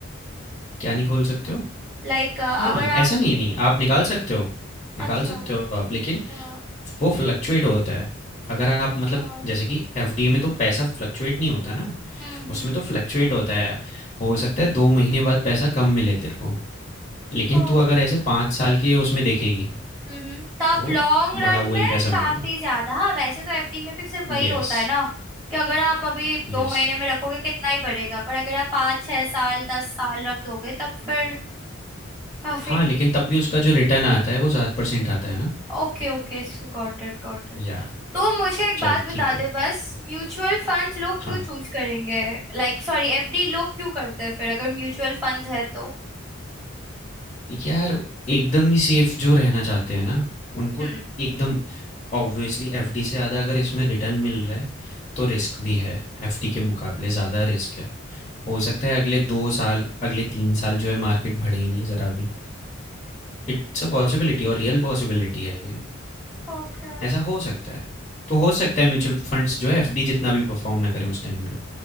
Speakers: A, on the left; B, on the right.
A: क्या नहीं खोल सकते हो
B: लाइक अगर
A: हाँ
B: आप
A: ऐसा नहीं नहीं आप निकाल सकते हो निकाल
B: अच्छा
A: सकते हो आप लेकिन
B: अच्छा
A: वो फ्लक्चुएट होता है अगर आप
B: अच्छा
A: मतलब जैसे कि एफडी में तो पैसा फ्लक्चुएट नहीं होता ना
B: हम्म
A: उसमें
B: हम्म
A: तो फ्लक्चुएट होता है हो सकता है दो महीने बाद पैसा कम मिले तेरे को लेकिन
B: ओ
A: तू अगर ऐसे पाँच साल के उसमें देखेगी
B: हम्म तब
A: तो
B: लॉन्ग रन
A: बढ़ा हुआ
B: में
A: ही पैसा
B: काफी
A: मिलेगा
B: ज्यादा हाँ वैसे तो एफडी में भी सिर्फ वही
A: Yes
B: होता है ना कि अगर आप अभी दो
A: yes
B: महीने में रखोगे कितना ही बढ़ेगा पर अगर आप पाँच छह साल दस साल रख दोगे तब फिर काफी
A: हाँ लेकिन तब भी उसका जो रिटर्न आता है वो सात परसेंट आता है ना
B: okay okay got it got it
A: या
B: तो मुझे एक
A: चल
B: बात बता
A: ठीक है
B: दे बस म्यूचुअल फंड्स लोग
A: हाँ
B: क्यों चूज करेंगे लाइक सॉरी एफडी लोग क्यों करते हैं फिर अगर म्यूचुअल फंड्स है तो
A: यार एकदम ही सेफ जो रहना चाहते हैं ना उनको
B: हम्म
A: एकदम ऑब्वियसली एफडी से ज़्यादा अगर इसमें रिटर्न मिल रहा है तो रिस्क भी है एफडी के मुकाबले ज़्यादा रिस्क है हो सकता है अगले दो साल अगले तीन साल जो है मार्केट बढ़े ही नहीं ज़रा भी इट्स अ पॉसिबिलिटी और रियल पॉसिबिलिटी है ये
B: Okay
A: ऐसा हो सकता है तो हो सकता है म्यूचुअल फंड्स जो है एफडी जितना भी परफॉर्म ना करें उस टाइम में